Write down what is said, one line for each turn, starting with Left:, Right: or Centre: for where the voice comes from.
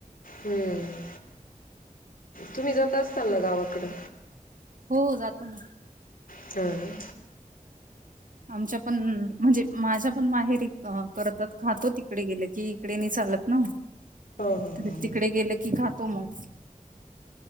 Left: हम्म! तुम्ही जात असताल ना गावा इकडे
Right: हो जातो ना.
Left: चले
Right: आमच्या पण म्हणजे माझ्या पण माहेरी करत त्यात खातो तिकडे गेले की इकडे नाही चालत ना.
Left: हो हो हो
Right: तर
Left: हो
Right: तिकडे गेलं की खातो मग.